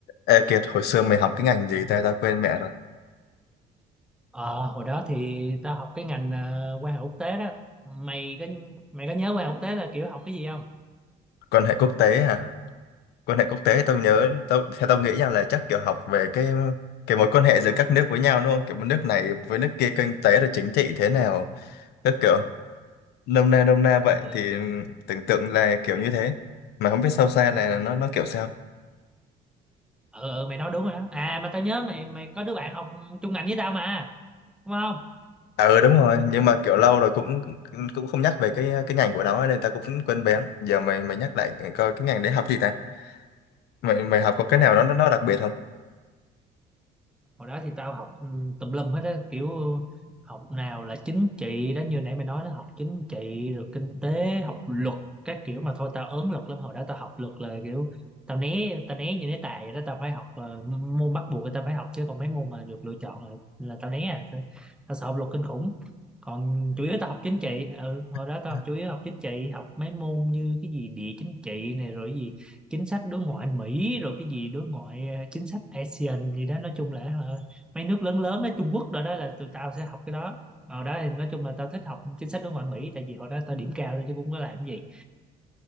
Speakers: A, on the left; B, in the centre.
A: Ê Kiệt, hồi xưa mày học tiếng Anh gì ta, tao quên mẹ rồi.
B: Ờ, hồi đó thì tao học cái ngành ờ, quan hệ quốc tế đó mày có mày có nhớ quan hệ quốc tế là kiểu học cái gì không
A: Quan hệ quốc tế à? Quan hệ quốc tế tao nhớ, tao, theo tao nghĩ nha là chắc kiểu học về cái cái mối quan hệ giữa các nước với nhau đúng không? Kiểu nước này với nước kia kinh tế rồi chính trị thế nào. Tức kiểu nôm na nôm na vậy
B: ừ
A: thì ừ, tưởng tượng là kiểu như thế. Mà không biết sâu xa là nó nó kiểu sao.
B: ừ, ừ mày nói đúng rồi đó à mà tao nhớ mày mày có đứa bạn học chung ngành với tao mà đúng không
A: À ừ đúng rồi, nhưng mà kiểu lâu rồi cũng cũng không nhắc về cái cái ngành của nó nên tao cũng quên bén. Giờ mày mày nhắc lại coi cái ngành đấy học gì ta? Mày mày học có cái
B: đó
A: nào nó nó nó đặc biệt không?
B: hồi đó thì tao học ừm, tùm lum hết á kiểu học nào là chính trị đó như nãy mày nói nó học chính trị rồi kinh tế học luật các kiểu mà thôi tao ớn luật lắm hồi đó tao học luật là kiểu tao né tao né như né tài vậy đó tao phải học ờ, môn bắt buộc là tao phải học chứ còn mấy môn mà được lựa chọn là, là tao né à tao, tao sợ học luật kinh khủng còn chủ yếu tao học chính trị ừ hồi
A: <laughs>
B: đó tao học chủ yếu học chính trị học mấy môn như cái gì địa chính trị này rồi chính sách đối ngoại Mỹ rồi cái gì đối ngoại ờ, chính sách ASEAN gì đó nói chung là ờ, mấy nước lớn lớn đó Trung Quốc rồi đó là tụi tao sẽ học cái đó ở đó thì nói chung là tao thích học chính sách đối ngoại Mỹ tại vì hồi đó tao điểm cao thôi chứ cũng có làm cái gì